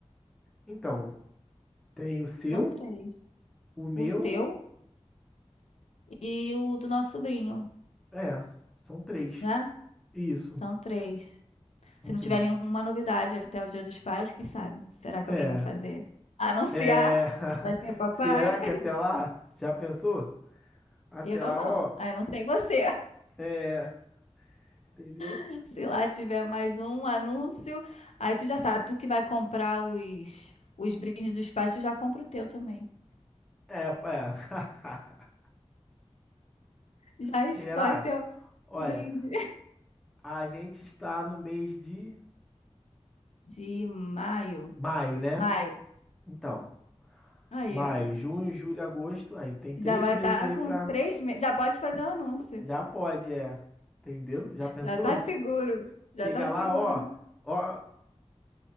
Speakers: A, in the centre; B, on the left (about 75°).
A: Então, tem o seu,
B: São três.
A: o meu,
B: O seu e o do nosso sobrinho,
A: é, são três.
B: né?
A: Isso.
B: São três. Se
A: São três.
B: não tiver nenhuma novidade até o Dia dos Pais, quem sabe? Será que
A: É.
B: alguém vai fazer? Anunciar
A: É. <laughs>
B: que vai ser papai?
A: Será que até lá? Já pensou? Até
B: Eu
A: lá,
B: não.
A: ó.
B: Ah, eu não sei você.
A: É. Entendeu?
B: <laughs> Se lá tiver mais um anúncio, aí tu já sabe, tu que vai comprar os, os brindes dos pais, tu já compra o teu também.
A: É, é. <laughs>
B: Já
A: Será?
B: escolhe teu <laughs>
A: Olha,
B: brinde.
A: a gente está no mês de
B: De maio.
A: maio, né?
B: Maio.
A: Então,
B: Aí,
A: maio,
B: ó.
A: junho, julho, agosto. Aí tem três
B: Já vai
A: meses
B: estar
A: aí
B: com
A: pra.
B: três meses. Já pode fazer o anúncio.
A: Já pode, é. Entendeu? Já pensou?
B: Já tá seguro.
A: Chega
B: Já tá seguro.
A: lá, ó. Ó.